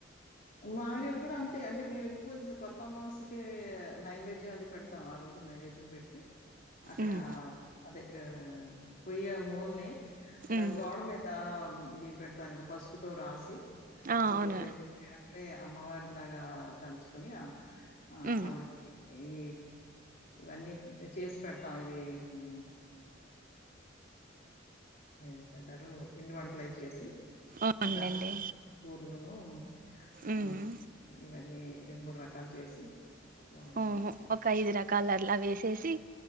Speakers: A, on the left; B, on the right.
A: మా ఏరియాలో కూడా అంతే అంటే మేము ఎక్కువ కొత్త అమావస్యకి నైవేద్యం అది పెడతాం ఆ రోజు నైవేద్యం పెట్టి అక్కడ
B: మ్మ్
A: అదే ఆహ్ పొయ్యే మూలని అలాగే
B: మ్మ్
A: గోడ మీద ది పెడుతామాం గద పసుపుతో రాసి
B: ఆ
A: అక్కడ
B: అవునా
A: బొట్లయి అక్కడే అమ్మవారి లాగా తలుచుకుని ఆ
B: మ్మ్
A: ఆవిడకి ఈ ఇవన్నీ చేసి పెడతాం ఇది ఊ ఏంటంటారు పిండి వంటల అయి చేసి
B: అవునులేండి
A: గారెలు బూరెలను
B: మ్మ్
A: ఆ ఇవన్నీ అన్ని రెండు మూడు రకాలు చేసి ఆహ్,
B: ఓహో ఒక ఐదు రకాలర్లా వేసేసి